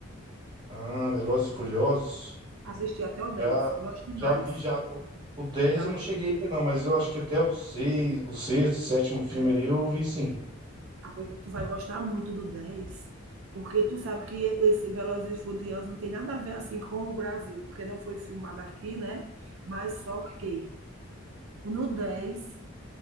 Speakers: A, on the right; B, on the right.
A: Ah, Velozes e Furiosos.
B: Assisti até o 10.
A: Já,
B: Gosto demais.
A: já vi, já. O, o dez
B: Já,
A: eu não cheguei a ver, não, mas eu acho que até o 6 o sexto, sétimo filme
B: né?
A: ali eu vi sim.
B: Ah, pois tu vai gostar muito do 10, porque tu sabe que esse Velozes e Furiosos não tem nada a ver assim com o Brasil, porque não foi filmado aqui, né? Mas só que no 10